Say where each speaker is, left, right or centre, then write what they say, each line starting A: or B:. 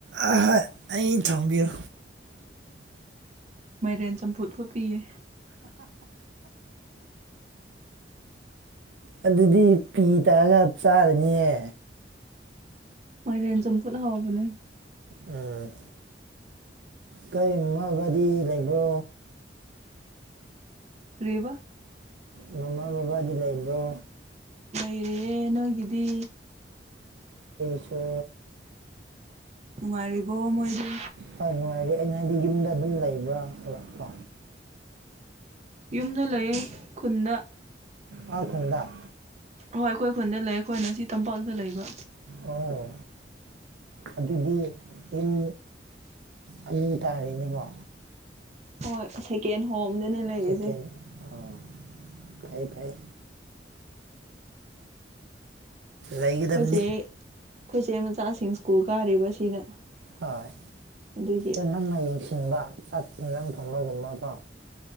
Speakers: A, on the right; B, on the right.
A: ꯑꯍꯣꯏ ꯑꯩ ꯊꯝꯕꯤꯔꯣ
B: ꯃꯥꯏꯔꯦꯟ ꯆꯝꯐꯨꯠ ꯐꯨꯠꯄꯤꯌꯦ
A: ꯑꯗꯨꯗꯤ ꯄꯤ ꯇꯥꯔꯥꯒ ꯆꯥꯔꯅꯤꯌꯦ
B: ꯃꯥꯏꯔꯦꯟ ꯆꯝꯐꯨꯠ ꯍꯥꯥꯎꯕꯅꯦ
A: ꯎꯝ ꯀꯔꯤꯒꯨꯝꯅꯕꯗꯤ ꯂꯩꯕ꯭ꯔꯣ
B: ꯀꯔꯤꯕꯥ
A: ꯃꯃꯥ ꯕꯕꯥꯗꯤ ꯂꯩꯕ꯭ꯔꯣ
B: ꯏꯔꯤꯑꯦ ꯅꯣꯏꯒꯤꯗꯤ
A: ꯆ
B: ꯃꯥꯏꯔꯤꯕ ꯃꯣꯏꯗ
A: ꯍꯣꯏ ꯅꯨꯡꯉꯥꯏꯔꯤ ꯑꯩꯅ ꯍꯥꯏꯗꯤ ꯌꯨꯝꯗ ꯑꯗꯨꯝ ꯂꯩꯕ꯭ꯔꯥ ꯍꯥꯏꯕ ꯀꯣ
B: ꯌꯨꯝꯗ ꯂꯩꯌꯦ ꯈꯨꯟꯗ
A: ꯑꯥ ꯈꯨꯟꯗ
B: ꯍꯣꯏ ꯑꯩꯈꯣꯏ ꯈꯨꯟꯗ ꯂꯩ ꯑꯩꯈꯣꯏꯅ ꯁꯤ ꯇꯝꯄꯥꯛꯇ ꯂꯩꯕ
A: ꯑꯣ ꯑꯗꯨꯗꯤ ꯌꯨꯝ ꯑꯅꯤ ꯇꯥꯔꯦꯅꯦꯀꯣ
B: ꯍꯣꯏ ꯁꯦꯀꯦꯟ ꯍꯣꯝꯗꯅꯦ ꯂꯩꯔꯤꯖꯦ
A: ꯁꯦꯀꯦꯟ ꯑꯣ ꯐꯩ ꯐꯩ ꯂꯩꯒꯗꯕꯅꯤ
B: ꯑꯩꯈꯣꯏꯁꯦ ꯑꯩꯈꯣꯏꯁꯦ ꯃꯆꯥꯁꯤꯡ ꯁ꯭ꯀꯨꯜ ꯀꯥꯔꯤꯕ ꯁꯤꯗ
A: ꯍꯣꯏ
B: ꯑꯗꯨꯒꯤ
A: ꯑ ꯅꯪꯅ ꯌꯦꯡꯁꯤꯟꯕ ꯆꯠꯅ ꯊꯝꯕꯒꯝꯃ ꯀ